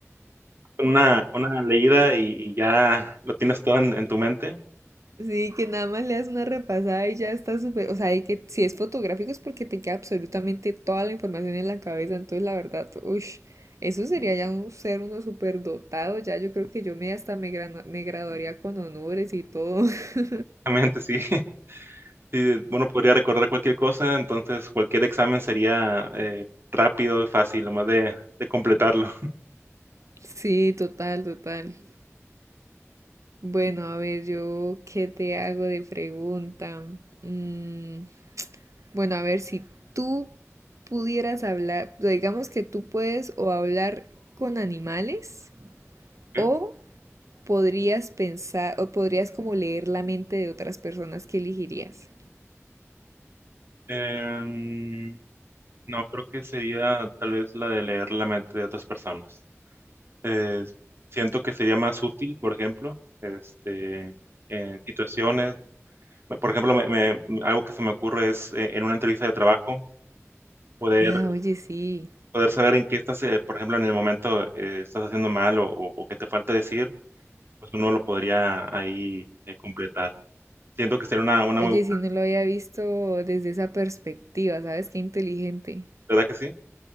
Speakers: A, on the right; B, on the right.
A: una, una leída y, y ya lo tienes todo en, en tu mente.
B: Sí, que nada más le das una repasada y ya está súper, o sea, de que si es fotográfico es porque te queda absolutamente toda la información en la cabeza, entonces la verdad, uff, eso sería ya un ser uno súper dotado, ya yo creo que yo me hasta me, grana- me graduaría con honores y todo. <laughs>
A: Realmente sí, <laughs> sí, uno podría recordar cualquier cosa, entonces cualquier examen sería eh, rápido, fácil, lo más de, de completarlo. <laughs>
B: Sí, total, total. Bueno, a ver, yo, ¿qué te hago de pregunta? Mm, bueno, a ver, si tú pudieras hablar, digamos que tú puedes o hablar con animales o
A: Ok.
B: podrías pensar o podrías como leer la mente de otras personas que elegirías.
A: Em, no, creo que sería tal vez la de leer la mente de otras personas. Eh, siento que sería más útil, por ejemplo, este, en situaciones, por ejemplo, me- me- algo que se me ocurre es eh, en una entrevista de trabajo poder
B: Ah, oye, sí.
A: poder saber en qué estás, eh, por ejemplo, en el momento eh, estás haciendo mal o, o- o que te falta decir, pues uno lo podría ahí eh, completar. Siento que sería una, una
B: Oye,
A: muy buena,
B: sí, no lo había visto desde esa perspectiva, ¿sabes? Qué inteligente.
A: ¿verdad que sí?